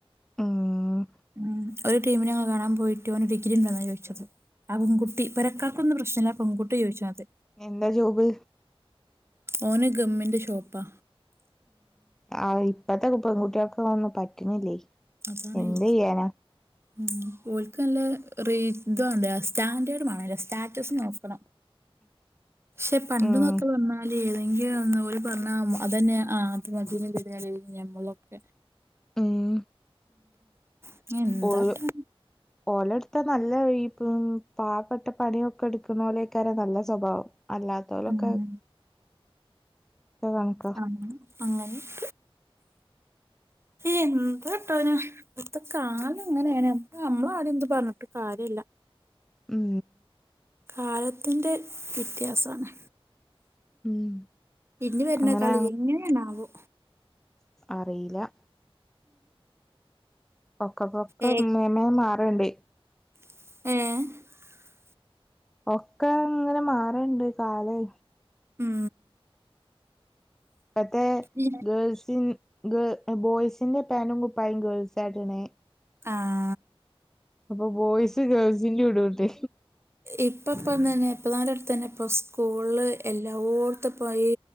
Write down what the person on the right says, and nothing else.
ഉം ഒര് ടീമിനെ ഞങ്ങള് കാണാൻ പോയി ട്ട് ഓന് ഡിഗ്രി ണ്ടോന്നാ ചോയ്ച്ചത് ആ പെൺകുട്ടി പെരക്കാര്ക്കൊന്നും പ്രശ്നല്ല ആ പെൺകുട്ടി ചോയ്ച്ച്ണത്.
ഓന് ഗമ്മ് ൻ്റെ ഷോപ്പാ.
അതാണ്
ഈ- ഉം ഓൽക്ക് നല്ലേ റേ ഇതാണ്ടെ അസ്റ്റാൻഡേർഡ് മാണെല്ലോ സ്റ്റാറ്റസ് നോക്കണം. ക്ഷെ പണ്ട്ന്നൊക്കെ
പർഞ്ഞാല് എൻക്ക് നോന്നുന്നു ഓല് പർഞ്ഞാ അതെന്നെ ആ അത് മതിന്ന്ള്ളൊരു നെലേയ്ലേനി ഞമ്മളൊക്കെ.
ഉം എന്താട്ടാ
ഉം
അങ്ങനെ അങ്ങനിണ്ട്.
എന്താട്ടാനാ? ഇപ്പത്തെ കാലങ്ങനെണ് പ്പ അമ്മളാരും എന്തും പർഞ്ഞിട്ട് കാര്യല്ല.
കാലത്തിന്റെ വ്യത്യാസാണ്
ഇഞ് വെര്ന്ന
ഇങ്ങനെണാവോ?
ഏ
<unintelligible>
ഉം
ഇ
ആഹ്
ഇപ്പപ്പൊതെന്നെ ഇപ്പന്നാരെട്ത്തെന്നെ ഇപ്പൊ സ്കൂളില് എല്ലോട്ത്തുപ്പോ ഈ